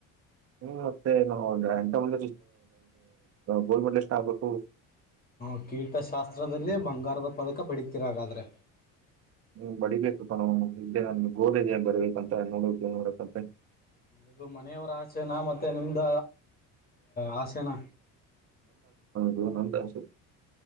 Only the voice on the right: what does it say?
ಹ್ಮ್ ಮತ್ತೆ ನ ಎಂಂತ ಮುಂದ ಗೋಲ್ಡ್ ಮೆಡ್ಲ್ ಇಷ್ಟ ಆಗ್ಬೇಕು
ಹ್ಮ ಬಡಿಬೇಕು ತಾನು ಇದ್ದೇ ನನ್ ಗೋದದೆ ಬರ್ಬೇಕಂತ ನೋಡ ನೋಡಕ್ಂತ
ಹ ನಂತ ಸರ್